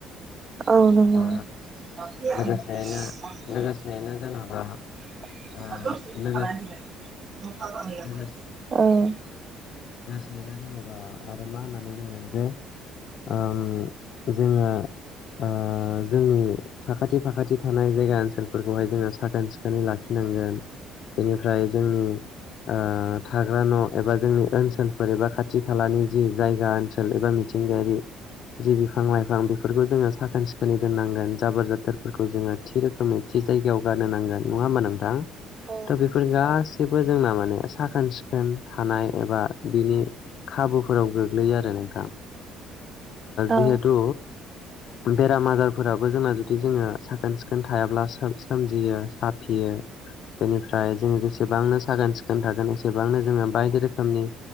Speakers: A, on the right (about 30°); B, on the left (about 45°).
A: औ नंगौ
B: ओ
A: <unintelligible>
B: लोगोसेयैनो लोगोसेयैनो जेन'बा ओ लोगो लोगोसे
A: औ <inaudible>
B: जेनेबा आरो मा होननानै बुंगोन जे ओम जोङो ओ जोंनि साखाथि फाखाथि थानाय जायगा ओनसोलफोरखौहाय जोङो साखोन सिखोनै लाखिनो नांगोन बेनिफ्राय जोंनि ओ थाग्रा न' एबा जोंनि ओनसोलफोर एबा खाथि खालानि जि जायगा ओनसोल एबा मिथिंगायारि जि बिफां लाइफां बेफोरखौ जोङो साखोन सिखोनै दोननांगोन जाबोर जाथोरफोरखौ जोङो थि रोखोमै थि जायगायाव गारनो गारनो नांगोन नङा होनबा नोंथां
A: औ
B: बेफोर गाैबो जोंना माने साखोन सिखोन थानाय एबा बिनि खाबुफोराव गोग्लैयो आरो नोंथां
A: औ
B: जिहेथु बेराम आजारफोराबो जोंना जुदि जोङो साखोन सिखोन थायाब्ला सोमजियो साफियो बेनिफ्राय जोङो जेसेबांनो साखोन सिखोन थागोन एसेबांनो जोङो बायदि रोखोमनि